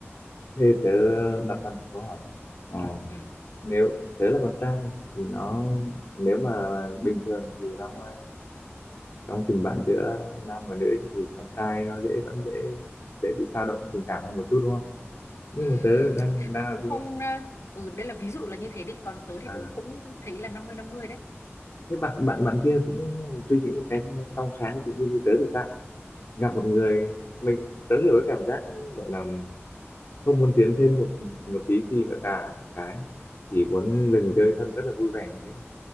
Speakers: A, on the left; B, on the left.
A: Thế tớ đặt ra một câu hỏi nhé. À,
B: ừ.
A: nếu tớ là con trai thì nó nếu mà bình thường thì trong ờ, trong tình bạn giữa nam và nữ nhá, thì con trai nó dễ vẫn dễ dễ bị dao động tình cảm hơn một chút đúng không? Nhưng
B: Ừm,
A: mà tớ đang đang
B: cũng
A: là suy
B: không
A: nghĩ
B: ờ, ừ đây là ví dụ là như thế đi còn tớ thì
A: à,
B: tớ cũng thấy là năm mươi năm mươi đấy
A: thế bạn bạn bạn kia cũng suy nghĩ một cách trong sáng tự nhiên như tớ thì sao? Gặp một người mình tớ hiểu cái cảm giác gọi là không muốn tiến thêm một một tí gì nữa cả cái chỉ muốn
B: ừ.
A: dừng chơi thân rất là vui vẻ như thế thôi